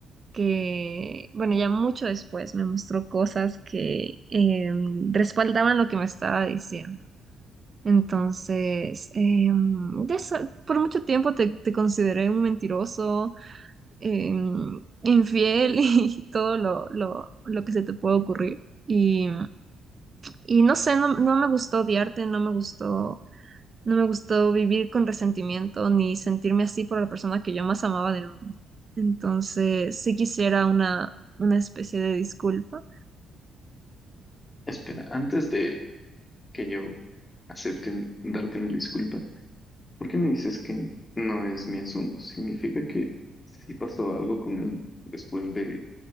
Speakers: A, on the right; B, on the left.
A: que, bueno, ya mucho después me mostró cosas que em, respaldaban lo que me estaba diciendo. Entonces, em, de esa- por mucho tiempo te, te consideré un mentiroso, em, infiel <laughs> y todo lo, lo- lo que se te puede ocurrir. Y, y no sé, no, no me gustó odiarte, no me gustó, no me gustó vivir con resentimiento ni sentirme así por la persona que yo más amaba del mundo. Entonces, sí quisiera una, una especie de disculpa.
B: Espera, antes de que yo acepte un- darte una disculpa, ¿por qué me dices que no es mi asunto? ¿Significa que sí pasó algo con él después de,